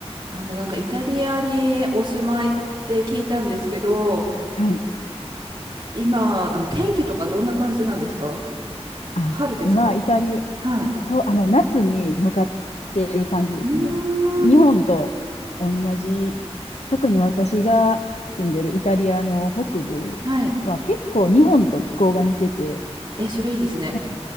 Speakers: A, on the right; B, on the left.
A: あの、なんかイタリアにお住まいって聞いたんですけど、
B: はい。
A: 今、あの、天気とかどんな感じなんですか
B: あ、
A: 春ですか
B: 今、イタリ
A: はい。
B: ア、そう、あの、夏に向かっている感じですね。
A: うーん。
B: 日本と同じ、特に私が住んでるイタリアの北部は結構日本と気候が似てて、
A: はい。え、それいいですね。
B: なん